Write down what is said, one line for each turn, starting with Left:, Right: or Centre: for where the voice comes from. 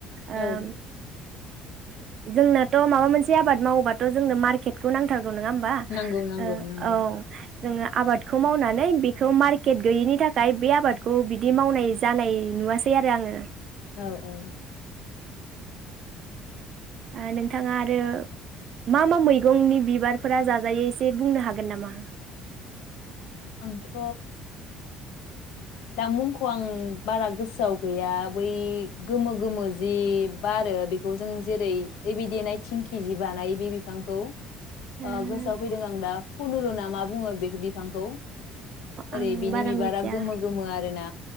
Right: ओम
Left: औ
Right: जोंनाथ' माबा मोनसे आबाद माव बाथ' जोंनो मार्केटखौ नांथार नङा होमबा
Left: नांगौ नांगौ
Right: ओ
Left: नांगौ
Right: औ जोङो आबादखौ मावनानै बेखौ मार्केट गैयिनि थाखाय बे आबादखौ बिदि मावनाय जानाय नुवासै आरो आङो।
Left: औ औ
Right: ओ नोंथाङा आरो मा मा मैगंनि बिबारफोरा जाजायो एसे बुंनो हागोन नामा?
Left: आंथ' दा मुंखौ आं बारा गोसोआव गैया बै गोमो गोमो जि बारो बेखौ जों जेरै ओइ बे देनाय थिंखि जि बानायो बे बिफांखौ ओ
Right: अ
Left: गोसोआव फैदों आं दा खुनुलु नामा बुङो बे बिफांखौ ओरै
Right: आं
Left: बिनि
Right: बारा
Left: बिबारा
Right: मिथिया
Left: गोमो गोमो आरोना